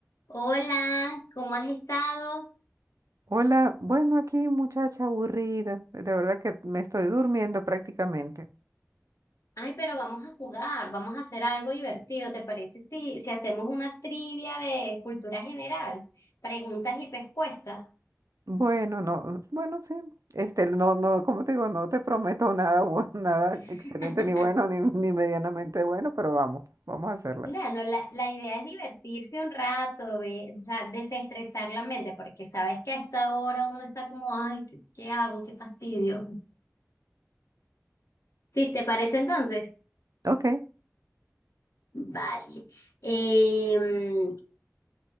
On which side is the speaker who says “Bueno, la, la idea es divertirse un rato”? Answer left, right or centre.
Left